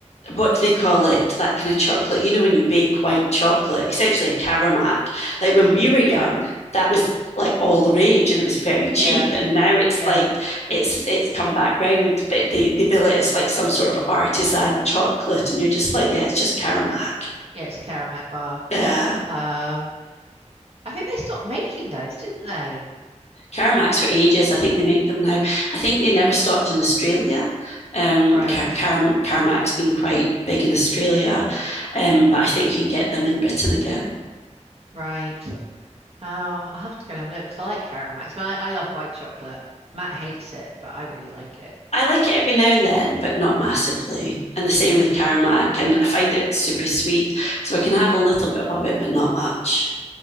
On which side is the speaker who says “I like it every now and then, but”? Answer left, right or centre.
Left